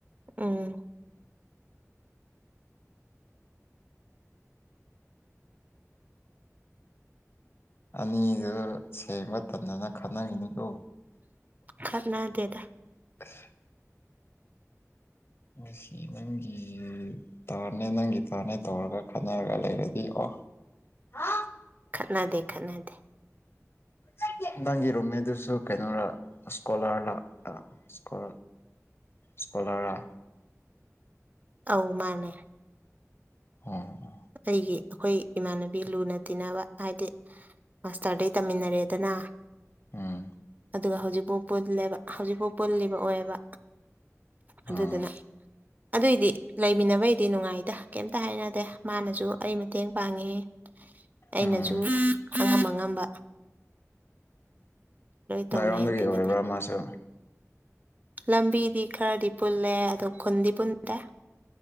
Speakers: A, on the right; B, on the left.
A: ꯎꯝ
B: ꯑꯅꯤꯗꯨ ꯁꯦꯡꯕ ꯇꯗꯅ ꯈꯅꯈꯤꯤꯅꯤꯀꯣ
A: ꯈꯔꯅꯥ ꯗꯦꯗ
B: <inaudible> ꯃꯁꯤ ꯅꯪꯒꯤ ꯇꯥꯔꯅꯦ ꯅꯪꯒꯤ ꯇꯔꯅꯦ ꯇꯧꯔꯒ ꯈꯟꯅꯔꯒ ꯂꯩꯔꯗꯤ ꯑꯣ ꯑ
A: ꯈꯠꯅꯗꯦ ꯈꯠꯅꯗꯦ
B: <inaudible> ꯅꯪꯒꯤ ꯔꯨꯝꯃꯦꯗꯨꯁꯨ ꯀꯩꯅꯣꯔꯥ ꯏꯁꯀꯣꯂꯔ ꯂꯀꯣ ꯁ꯭ꯀꯣꯂꯔꯥ
A: ꯑ ꯃꯥꯅꯦ
B: ꯑꯣ
A: ꯑꯩꯒꯤ ꯑꯩꯈꯣꯏ ꯏꯃꯥꯟꯅꯕꯤ ꯂꯨꯅ ꯇꯤꯟꯅꯕ ꯍꯥꯏꯗꯤ ꯃꯥꯁꯇꯔꯗꯩ ꯇꯝꯃꯤꯟꯅꯔꯦꯗꯅ
B: ꯎꯝ
A: ꯑꯗꯨꯒ ꯍꯧꯖꯤꯛꯐꯥꯎ ꯄꯨꯜꯂꯦꯕ ꯍꯧꯖꯤꯛꯐꯥꯎ ꯄꯨꯜꯂꯤꯕ ꯑꯣꯏꯌꯦꯕ
B: ꯑꯥ
A: ꯑꯗꯨꯗꯨꯅ ꯑꯗꯨꯏꯗꯤ ꯂꯩꯃꯤꯟꯅꯕꯩꯗꯤ ꯅꯨꯡꯉꯥꯏꯗ ꯀꯩꯇ ꯍꯥꯏꯅꯗꯦ ꯃꯥꯅꯁꯨ ꯑꯩ ꯃꯇꯦꯡ ꯄꯥꯡꯉꯦ ꯑꯩꯅꯁꯨ
B: ꯎꯝ
A: ꯈꯪꯉꯝꯃꯉꯝꯕ ꯇꯧꯅꯩ
B: ꯎꯝ ꯔꯣꯝꯗꯒꯤ
A: ꯑꯗꯨꯒꯤꯗꯤ
B: ꯑꯣꯏꯕ꯭ꯔꯥ ꯃꯥꯁꯨ
A: ꯂꯝꯕꯤꯗꯤ ꯈꯔꯗꯤ ꯄꯨꯜꯂꯦ ꯑꯗꯣ ꯈꯨꯟꯗꯤ ꯄꯨꯟꯗꯦ